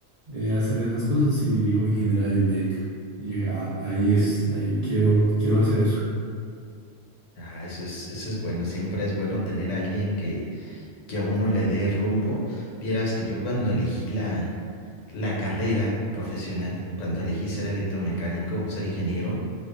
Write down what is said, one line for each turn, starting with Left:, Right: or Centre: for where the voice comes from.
Right: eh, hacer esas cosas y dijo ingeniería biomédica. Y yo dije, ah, ahí es, ahí quiero, quiero hacer eso.
Left: Ah, ah, eso es, eso es bueno, siempre es bueno tener a alguien que, que a uno le dé rumbo. Vieras que yo cuando elegí la, la carrera
Right: Sí.
Left: profesional, cuando elegí ser electromecánico, ser ingeniero,